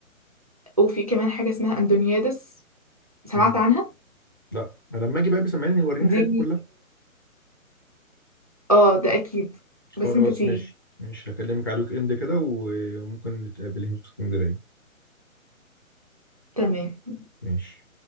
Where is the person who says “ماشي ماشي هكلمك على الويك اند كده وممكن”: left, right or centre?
Left